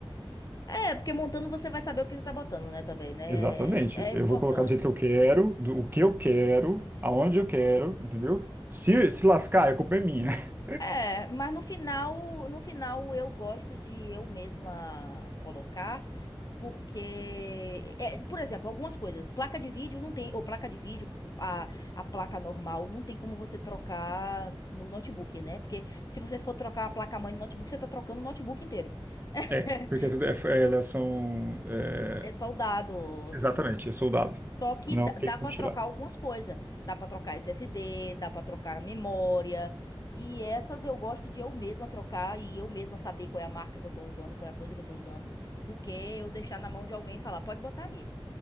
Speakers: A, on the left (about 45°); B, on the right (about 20°).
A: É, porque montando você vai saber o que você tá botando, né, também, né?
B: Exatamente.
A: É
B: Eu
A: importante.
B: vou colocar do jeito que eu quero, do o que eu quero, aonde eu quero, entendeu? Se, se lascar, a culpa é minha. <laughs>
A: É, mas no final, no final eu gosto de eu mesma colocar, porque, é, por exemplo, algumas coisas, placa de vídeo não tem, ou placa de vídeo, a, a placa normal não tem como você trocar no notebook, né? Porque se você for trocar a placa-mãe no notebook, você tá trocando o notebook inteiro. <laughs>
B: É, porque tudo é, é, elas são. é,
A: É soldado,
B: exatamente,
A: tudo.
B: é soldado.
A: Só que
B: Não
A: dá, dá
B: tem como
A: para
B: tirar.
A: trocar algumas coisas. Dá para trocar SSD, dá para trocar memória. E essas eu gosto de eu mesma trocar e eu mesma saber qual é a marca que eu tô usando, qual é a coisa que eu tô usando, do que eu deixar na mão de alguém e falar, pode botar aí.